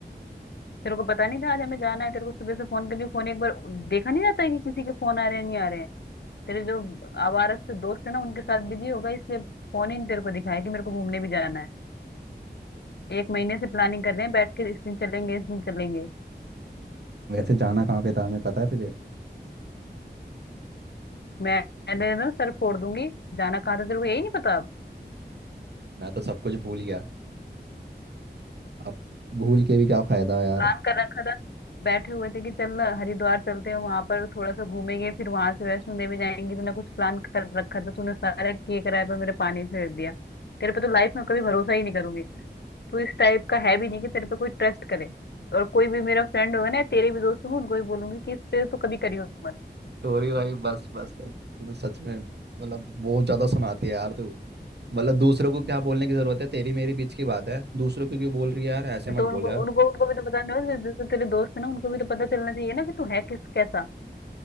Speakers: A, on the left; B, on the right.
A: तेरे को पता नहीं था आज हमें जाना है तेरे को सुबह से फोन करनी फोन एक बार देखा नहीं जाता है कि किसी के फोन आ रहे हैं नहीं आ रहे हैं तेरे जो आवारा से दोस्त है ना उनके साथ बिजी होगा इसलिए फोन ही नहीं तेरे को दिखाया कि मेरे को घूमने भी जाना है एक महीने से प्लानिंग कर रहे हैं बैठ के इस दिन चलेंगे इस दिन चलेंगे
B: वैसे जाना कहाँ पे था हमें पता है तुझे
A: मैं मैंने ना सर फोड़ दूंगी जाना कहाँ था तेरे को यही नहीं पता
B: मैं तो सब कुछ भूल गया अब भूल के भी क्या फ़ायदा यार
A: प्लान कर रखा था बैठे हुए थे कि चल हरिद्वार चलते हैं वहां पर थोड़ा सा घूमेंगे फिर वहां से वैष्णो देवी जाएंगे तूने कुछ प्लान कर रखा था तूने सारा किए कराए पर मेरे पानी फेर दिया तेरे पे तो लाइफ में कभी भरोसा ही नहीं करूंगी तू इस टाइप का है भी नहीं कि तेरे पे कोई ट्रस्ट करे और कोई भी मेरा फ्रेंड होगा ना तेरे भी दोस्त होंगे उनको भी बोलूंगी कि इस पे तो कभी करियो मत
B: सॉरी भाई बस बस बस तू तो सच में मतलब बहुत ज़्यादा सुनाती है यार तू मतलब दूसरों को क्या बोलने की ज़रूरत है तेरी मेरी बीच की बात है दूसरों को क्यों बोल रही है यार ऐसे मत
A: तो उनको
B: बोल यार
A: उनको उनको भी तो पता नहीं होगा जैसे तेरे दोस्त है ना उनको भी तो पता चलना चाहिए ना कि तू है किस कैसा